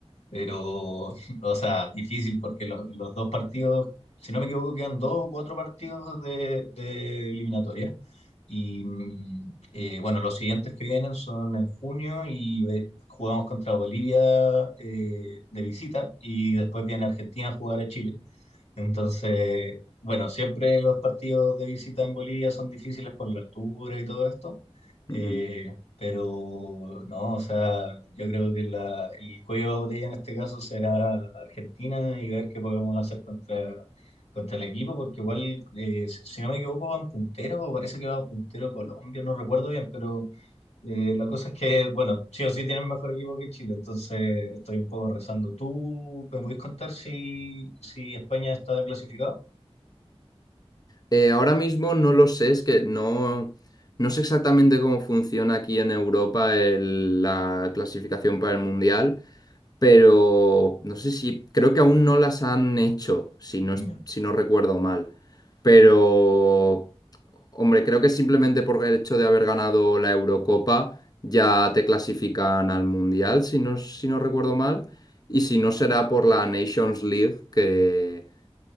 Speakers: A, on the left; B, on the left.
A: Pero, <laughs> o sea, difícil porque los, los dos partidos, si no me equivoco, quedan dos o cuatro partidos de, de eliminatoria. Y mm, eh, bueno, los siguientes que vienen son en junio y eh, jugamos contra Bolivia eh, de visita y después viene Argentina a jugar a Chile. Entonces, bueno, siempre los partidos de visita en Bolivia son difíciles por la altura y todo esto, eh,
B: Mm.
A: pero no, o sea, yo creo que la- el cuello de botella en este caso será Argentina y ver qué podemos hacer contra, contra el equipo, porque igual, eh, si si no me equivoco, van puntero, o parece que va puntero Colombia, no recuerdo bien, pero eh, la cosa es que, bueno, sí o sí tienen mejor equipo que Chile, entonces estoy un poco rezando. ¿Tú me puedes contar si, si España está clasificado?
B: Eh, ahora mismo no lo sé, es que no, no sé exactamente cómo funciona aquí en Europa el- la clasificación para el Mundial. pero no sé si, creo que aún no las han hecho, si no, es-
A: Ya.
B: si no recuerdo mal. Pero, hombre, creo que simplemente por el hecho de haber ganado la Eurocopa ya te clasifican al Mundial, si no, si no recuerdo mal. Y si no será por la Nations League, que,